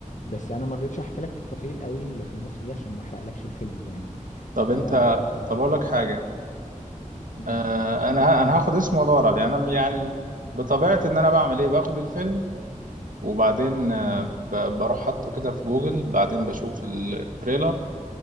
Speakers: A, on the left; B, on the right.
A: بس أنا ما رضيتش أحكي لك تفاصيل قوي اللي في النص دي عشان ما أحرقلكش الفيلم يعني
B: طب
A: آه
B: انت
A: ف
B: طب اقول لك حاجه
A: مم.
B: آه انا ه... انا هاخد اسمه وادور عليه انا يعني بطبيعتي ان انا بعمل ايه باخد الفيلم وبعدين آه،
A: مم.
B: ب- بروح حاطه كده في جوجل بعدين بشوف التريلر